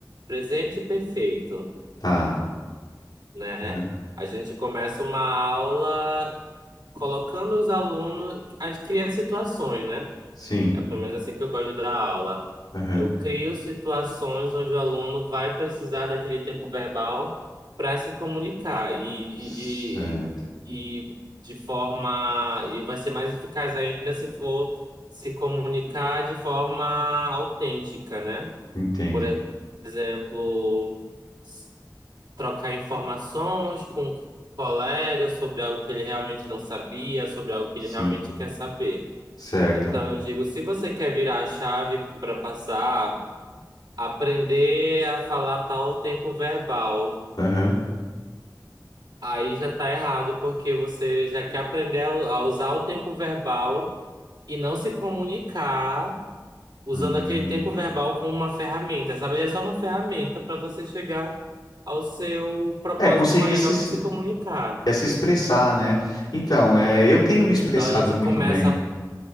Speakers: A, on the right; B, on the left.
A: presente perfeito,
B: Tá.
A: né?
B: Aham.
A: A gente começa uma aula colocando os alunos, a criar situações, né?
B: Sim.
A: É pelo menos assim que eu gosto de dar aula.
B: Aham.
A: Eu crio situações onde o aluno vai precisar daquele tempo verbal para se comunicar e,
B: Certo.
A: e de e de forma e vai ser mais eficaz ainda se for se comunicar de forma autêntica, né?
B: Entendo.
A: Por exemplo, s- trocar informações com um colega sobre algo que ele realmente não sabia, sobre algo que
B: Sim.
A: ele realmente quer saber.
B: Certo.
A: Então eu digo, se você quer virar a chave para passar, aprender a falar tal tempo verbal,
B: Aham.
A: aí já tá errado, porque você já quer aprender a a usar o tempo verbal e não se comunicar usando
B: Hum.
A: aquele tempo verbal como uma ferramenta, sabe? Ele é só uma ferramenta para você chegar ao seu propósito
B: É, conseguir
A: maior
B: se, es-
A: que é se comunicar.
B: é, se expressar, né? Então, é, eu tenho me expressado
A: Então a gente
B: muito
A: começa
B: bem.